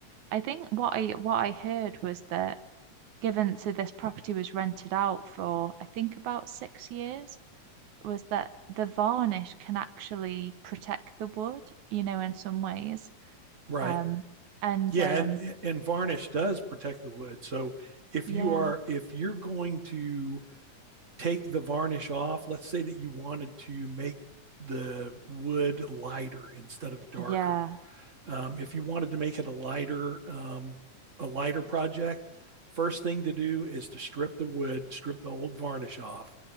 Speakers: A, on the right; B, on the right.
A: I think what I what I heard was that given so this property was rented out for I think about six years was that the varnish can actually protect the wood, you know, in some ways.
B: right
A: Um, and
B: Yeah,
A: um,
B: and and varnish does protect the wood. So if
A: yeah,
B: you are if you're going to take the varnish off, let's say that you wanted to make the wood lighter instead of darker.
A: yeah,
B: Um, if you wanted to make it a lighter, um, a lighter project, first thing to do is to strip the wood, strip the old varnish off.